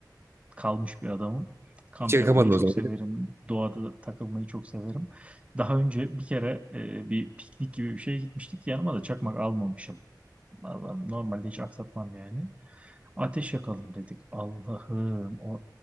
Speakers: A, on the right; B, on the right.
A: kalmış bir adamım. Kamp
B: Hiç yakamadın
A: yapmayı çok
B: o zaman.
A: severim.
B: öyle mi?
A: Doğada takılmayı çok severim. Daha önce bir kere e, bir piknik gibi bir şeye gitmiştik. Yanıma da çakmak almamışım. Allah'ım, Normalde hiç aksatmam yani. Ateş yakalım dedik. Allah'ım o